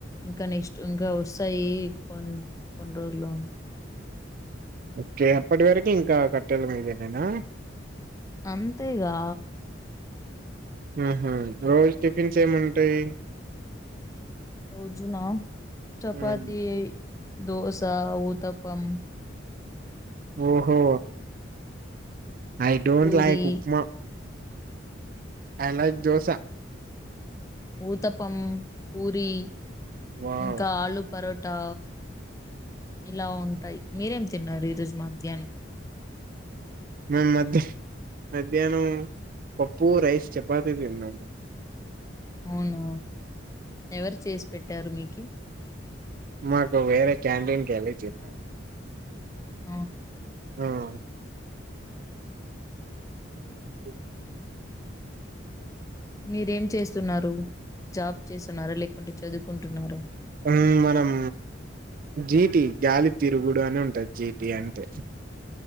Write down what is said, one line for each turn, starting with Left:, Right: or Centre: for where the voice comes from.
Left: ఇంకా నెక్స్ట్ ఇంకా వస్తాయి. కొన్ని కొండ్రోజులు
Right: ఓకే అప్పటి వరకు ఇంకా కట్టెలు మిందేనేనా
Left: అంతేగా
Right: ఉహు రోజు టిఫిన్స్ ఏముంటాయి
Left: రోజునా చపాతి
Right: మ్.
Left: దోసా ఉతప్పం
Right: ఓహో I don't
Left: puri
Right: like upma I like dosa
Left: uttapam puri
Right: wow
Left: ఇంకా ఆలు పరోటా ఇలా ఉంటాయి మీరేం తిన్నారు ఈరోజు మధ్యాహ్నం
Right: మ మధ్య మధ్యాహ్నం పప్పు రైస్ చపాతీ తిన్నం మెమ్
Left: అవునా ఎవరు చేసి పెట్టారు మీకి
Right: మాకి వేరే క్యాంటీన్ కి వెళ్ళి చెప్పినార్
Left: అవును
Right: ఆహ్ అ
Left: మీరేం చేస్తున్నారు జాబ్ చేస్తున్నారా లేకుంటే చదువుకుంటున్నారా
Right: అన్ మనం జీటి గాలికి తిరుగుడు అని ఉంటాది జీటి అంటె